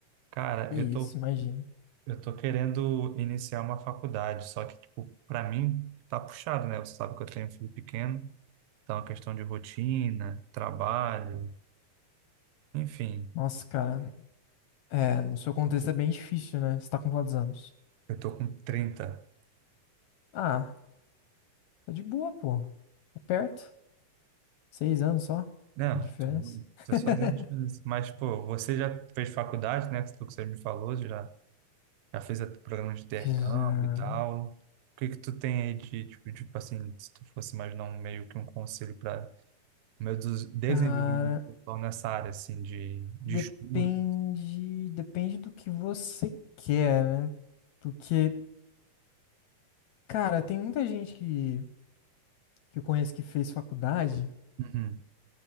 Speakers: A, on the right (about 85°); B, on the left (about 70°).
A: Cara,
B: Que isso,
A: eu tô,
B: imagina.
A: eu tô querendo iniciar uma faculdade, só que, tipo, para mim tá puxado, né? Você sabe que eu tenho um filho pequeno, então a questão de rotina, trabalho, enfim,
B: Nossa, cara, é, no seu contexto é bem difícil, né? Você tá com quantos anos?
A: eu tô com trinta
B: Ah, tá de boa, pô. Tá perto. Seis anos só
A: Não,
B: de diferença.
A: tô,
B: <laughs>
A: tô sozinho, mas, pô, você já fez faculdade, né? Tudo que você me falou, você já Já fez até programa de intercâmbio
B: Já.
A: e tal. O que que tu tem aí de, tipo, tipo assim, se tu fosse imaginar um meio que um conselho para o meu des- desenvolvimento
B: Cara,
A: pessoal nessa área, assim, de, de
B: depende,
A: estudo?
B: depende do que você quer, né? Porque Cara, tem muita gente que, que eu conheço que fez faculdade
A: Uhum.